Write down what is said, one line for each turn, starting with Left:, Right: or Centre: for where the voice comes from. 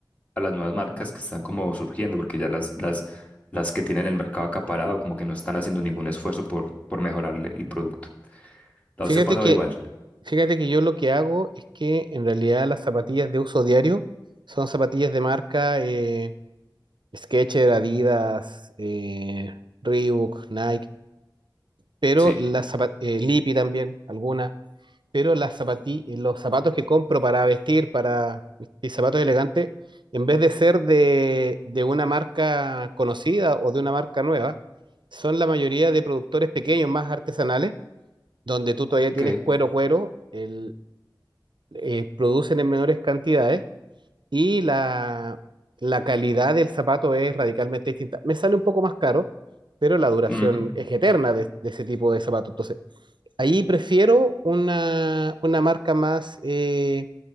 Left: a las nuevas marcas que están como surgiendo, porque ya las, las, las que tienen el mercado acaparado, como que no están haciendo ningún esfuerzo por, por mejorar el el producto. ¿A
Right: Fíjate
Left: usted ha pasado
Right: que,
Left: igual?
Right: fíjate que yo lo que hago es que en realidad las zapatillas de uso diario son zapatillas de marca eh, Skechers, Adidas, eh, Reebok, Nike, pero
Left: Sí.
Right: las zapa- eh, Lipi también, algunas pero las zapati- los zapatos que compro para vestir, para mis zapatos elegantes, en vez de ser de, de una marca conocida o de una marca nueva, son la mayoría de productores pequeños, más artesanales, donde tú todavía
Left: Ok.
Right: tienes cuero, cuero, el- eh, producen en menores cantidades y la, la calidad del zapato es radicalmente distinta. Me sale un poco más caro, pero la duración
Left: Ujú.
Right: es eterna de, de ese tipo de zapatos. Ahí prefiero una, una marca más, eh,